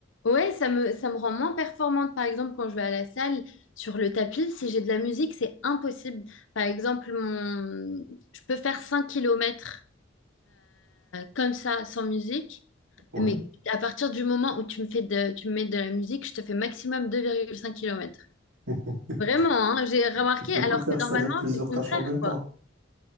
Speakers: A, on the left; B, on the right.
A: Ouais, ça me ça me rend moins performante par exemple quand je vais à la salle sur le tapis, si j'ai de la musique, c'est impossible. Par exemple, mon je peux faire 5 km comme ça sans musique,
B: Ouais.
A: mais à partir du moment où tu me fais de tu me mets de la musique, je te fais maximum deux virgule cinq km.
B: <laughs>
A: Vraiment, hein, j'ai remarqué,
B: Tu peux
A: alors
B: pas faire,
A: que
B: c'est-à-dire
A: normalement,
B: plusieurs
A: c'est le contraire,
B: tâches en même temps.
A: quoi.